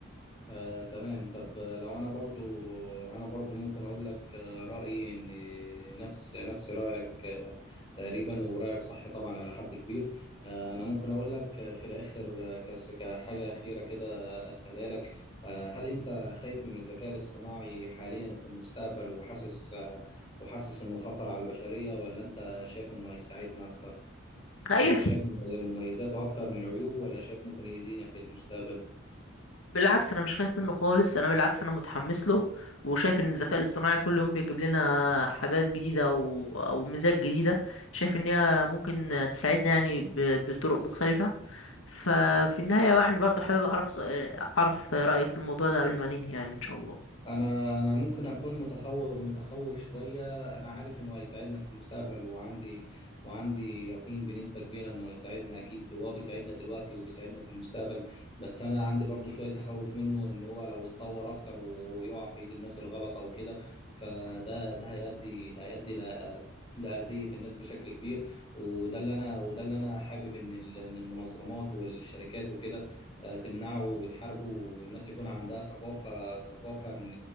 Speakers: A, on the left; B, on the left.
A: آه، تمام طب آه، لو انا برضو انا برضو ممكن اقول لك آه، رايي ان نفس نفس رايك آه، تقريبا ورايك صح طبعا على حد كبير آه، انا ممكن اقول لك آه، في الاخر آه، كس- كحاجه اخيره كده اسالها لك آه، هل انت خايف من الذكاء الاصطناعي حاليا وفي المستقبل وحاسس آه، وحاسس انه خطر على البشريه ولا انت شايف انه هيساعدنا اكتر يعني
B: خايف
A: انت شايف مميزاته اكتر من عيوبه ولا شايف ممكن يأذينا في المستقبل
B: بالعكس انا مش خايف منه خالص انا بالعكس انا متحمس له وشايف ان الذكاء الاصطناعي كل يوم بيجيب لنا حاجات جديده او او ميزات جديده شايف ان هي ممكن تساعدنا يعني ب- بطرق مختلفه ففي النهايه يعني برضه حابب اعرف اعرف رايك في الموضوع ده قبل ما ننهي يعني ان شاء الله
A: انا انا ممكن اكون متخوف متخوف شوية انا عارف انه هيساعدنا في المستقبل وعندي وعندي يقين بنسبة كبيرة انه هيساعدنا اكيد هو بيساعدنا دلوقتي وبيساعدنا في المستقبل بس انا عندي برضو شوية تخوف منه ان هو لو اتطور اكتر ويقع في ايد الناس الغلط او كده فده ده هيؤدي هيؤدي ل- لأذية الناس بشكل كبير وده اللي انا وده اللي انا حابب ان ال- إن المنظمات والشركات وكده آه، تمنعه وتحاربه والناس يكون عندها ثقافه ثقافه ان